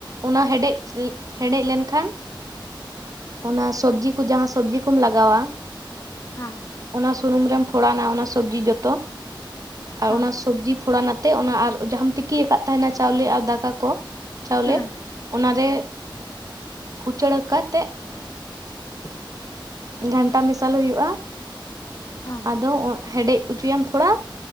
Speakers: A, on the right (about 45°); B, on the left (about 40°).
A: ᱚᱱᱟ ᱦᱮᱰᱮᱡ ᱮ ᱦᱮᱰᱮᱡ ᱞᱮᱱᱠᱷᱟᱱ ᱚᱱᱟ ᱥᱚᱵᱡᱤ ᱠᱚ ᱡᱟᱦᱟᱸ ᱥᱚᱵᱡᱤ ᱠᱚᱢ ᱞᱟᱜᱟᱣᱟ
B: ᱦᱟᱸ
A: ᱚᱱᱟ ᱥᱩᱱᱩᱢ ᱨᱮᱢ ᱯᱷᱚᱲᱟᱱᱟ ᱚᱱᱟ ᱥᱚᱵᱡᱤ ᱡᱚᱛᱚ ᱟᱨ
B: ᱦᱚᱸ
A: ᱚᱱᱟ ᱥᱚᱵᱽᱡᱤ ᱯᱷᱚᱲᱟ ᱱᱟᱛᱮ ᱚᱱᱟ ᱟᱨ ᱡᱟᱦᱟᱸᱢ ᱛᱤᱠᱤᱭᱟᱠᱟᱫ ᱛᱟᱦᱮᱱᱟ ᱪᱟᱣᱞᱮ ᱟᱨ ᱫᱟᱠᱟ ᱠᱚ ᱪᱟᱣᱞᱮ
B: ᱦᱩᱸ
A: ᱚᱱᱟ ᱨᱮ ᱩᱪᱟᱹᱲ ᱠᱟᱛᱮᱜ <inaudible> ᱜᱷᱟᱱᱴᱟ ᱢᱮᱥᱟᱞ ᱦᱩᱭᱩᱜᱼᱟ
B: ᱟ
A: ᱟᱫᱚ ᱚ ᱦᱮᱰᱮᱡ ᱦᱚᱪᱚᱭᱟᱢ ᱛᱷᱚᱲᱟ